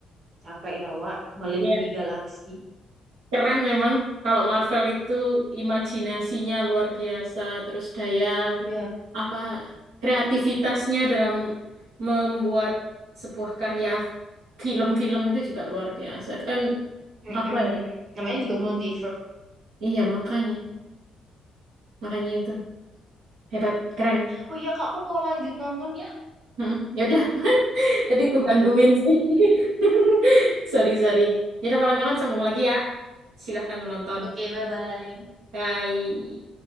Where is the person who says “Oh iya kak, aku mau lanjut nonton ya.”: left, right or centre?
Right